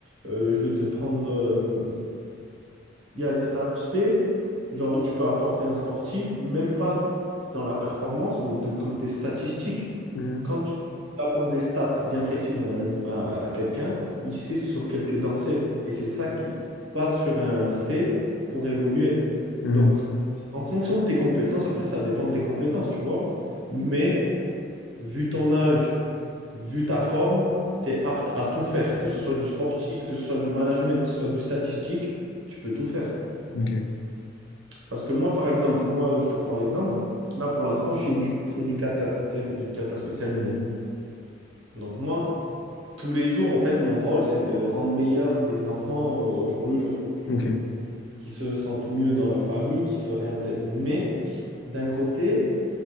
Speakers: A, on the right; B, on the left.
A: Euh, je vais te prendre. euh, il y a des aspects, genre où tu peux apporter un sportif, même pas dans la performance, mais de côté statistique.
B: Mhm,
A: Quand il apporte des stats bien précises à, un jou- à- à quelqu'un, il sait sur quel pied danser. Et c'est ça qui base sur un fait pour évoluer.
B: mhm,
A: Donc,
B: mhm.
A: en fonction de tes compétences, après, ça dépend de tes compétences, tu vois. Mais vu ton âge, vu ta forme, tu es apte à tout faire, que ce soit du sportif, que ce soit du management, que ce soit du statistique, tu peux tout faire.
B: OK,
A: Parce que moi, par exemple, moi, je te prends l'exemple. Là, pour l'instant, je suis édu- éducateur, tu sais, éducateur spécialisé. Donc moi, tous les jours, en fait, mon rôle, c'est de rendre meilleurs des enfants euh, au jour le jour, tu
B: OK.
A: vois, qui se sentent mieux dans leur famille, qui se réintègrent. Mais d'un côté,